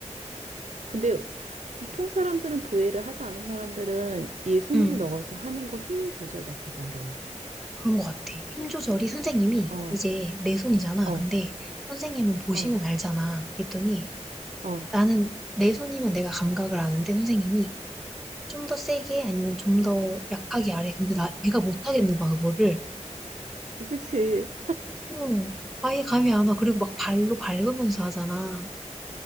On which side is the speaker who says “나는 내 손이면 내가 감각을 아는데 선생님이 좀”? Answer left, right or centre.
Centre